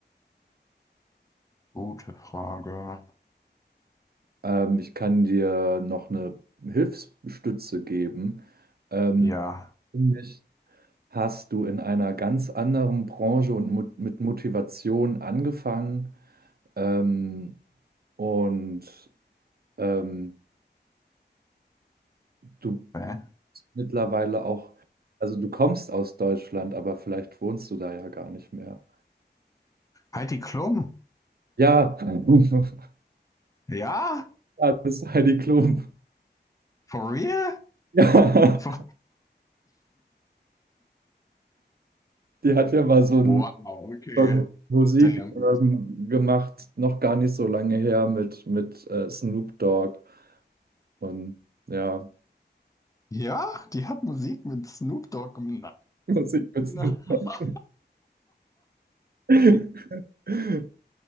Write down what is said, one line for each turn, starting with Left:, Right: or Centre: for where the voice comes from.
Left: gute Frage.
Right: Ähm, ich kann dir noch eine Hilfsstütze geben. Ähm,
Left: Ja.
Right: Nämlich hast du in einer ganz anderen Branche und mo mit Motivation angefangen ähm, und ähm, du
Left: Hä?
Right: mittlerweile auch, also du kommst aus Deutschland, aber vielleicht wohnst du da ja gar nicht mehr.
Left: Heidi Klum.
Right: Ja, <laughs>
Left: Ja?
Right: ja du bist Heidi Klum.
Left: For real?
Right: <laughs> Ja.
Left: For
Right: Die hat ja mal so ein,
Left: wow, okay.
Right: so ein Musik
Left: Damn.
Right: ähm, gemacht, noch gar nicht so lange her mit, mit äh, Snoop Dogg und ja,
Left: Ja, die hat Musik mit Snoop Dogg gemacht.
Right: <laughs> Musik mit
Left: Na.
Right: Snoop Dogg.
Left: <laughs>
Right: <laughs>